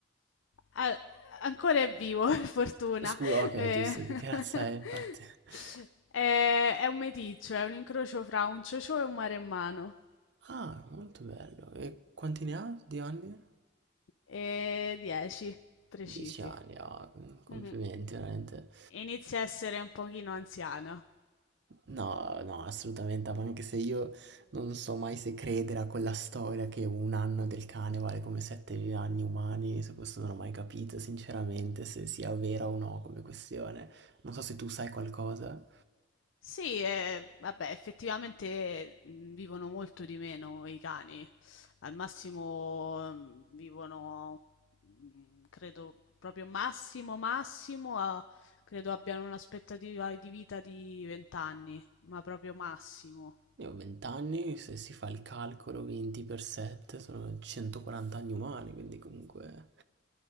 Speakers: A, on the left; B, on the right.
A: Ah, ancora è vivo, <laughs> per fortuna.
B: Scusa, ok,
A: Eh,
B: giusto,
A: <laughs>
B: di che razza è, infatti. <laughs>
A: È, è un meticcio, è un incrocio fra un ciocio e un maremmano.
B: Ah, molto bello. E quanti ne ha di anni?
A: E 10 precisi.
B: Dieci anni, ah, complimenti,
A: <laughs>
B: veramente.
A: Inizia a essere un pochino anziana.
B: No, no, assolutamente, ma anche se io non so mai se credere a quella storia che un anno del cane vale come sette anni umani, su questo non ho mai capito, sinceramente, se sia vera o no come questione. Non so se tu sai qualcosa.
A: Sì, eh, vabbè, effettivamente mh, vivono molto di meno i cani. Al massimo mh, vivono, mh, credo, proprio massimo, massimo, a- credo abbiano un'aspettativa di vita di 20 anni, ma proprio massimo.
B: Io ho 20 anni, se si fa il calcolo 20 per 7 sono 140 anni umani, quindi comunque...